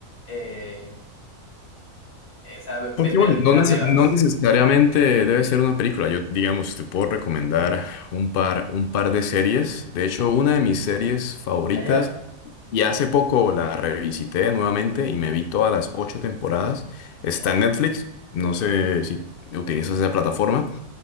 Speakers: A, on the left; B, on the left.
A: eh, eh, o sea, ve- ve-
B: Porque
A: ver,
B: bueno, no,
A: ver
B: neces-
A: nuevas.
B: no necesariamente debe ser una película. Yo, digamos, te puedo recomendar un par, un par de series. De hecho, una de mis series favoritas,
A: Allá,
B: y hace poco la revisité nuevamente y me vi todas las ocho temporadas. Está
A: wow.
B: en Netflix. No sé si utilizas esa plataforma,